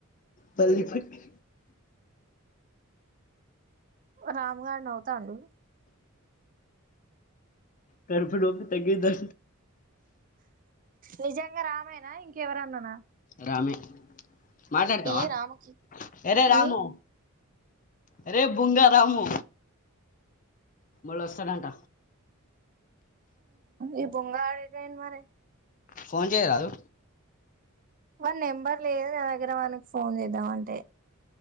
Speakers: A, on the left; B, on the right.
A: పల్లి పట్టి
B: రాము గారు నవ్వుతాండు
A: కడుపు నొప్పి తగ్గిందా
B: నిజంగా రామేనా ఇంకెవరన్ననా
A: రామే మాట్లాడతావా
B: ఈ రాముకి
A: ఎరే రాము
B: ఈ
A: అరే బుంగారాము మళ్ళు వస్తాడంట
B: ఈ బుంగ రాజు ఎటు పోయిండు మరి
A: ఫోన్ చేయరాదు
B: వాని నెంబర్ లేదు నా దగ్గర మనకి ఫోన్ చేద్దాం అంటే